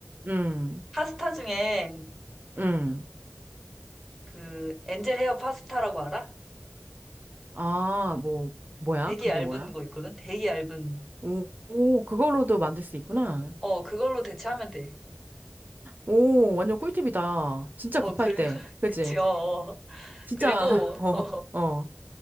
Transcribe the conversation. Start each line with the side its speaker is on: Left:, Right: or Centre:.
Right: 음,
Centre: 파스타 중에
Right: 음.
Centre: 그 엔젤 헤어 파스타라고 알아?
Right: 아, 뭐, 뭐야?
Centre: 되게
Right: 그게
Centre: 얇은
Right: 뭐야?
Centre: 거 있거든? 되게 얇은.
Right: 오, 오, 그걸로도 만들 수 있구나.
Centre: 어, 그걸로 대체하면 돼.
Right: 오, 완전 꿀팁이다. 진짜
Centre: 어,
Right: 급할
Centre: 그,
Right: 때.
Centre: <laughs>
Right: 그치?
Centre: 그치, 어. 어.
Right: 진짜,
Centre: 그리고,
Right: <laughs> 어,
Centre: 어,
Right: 어.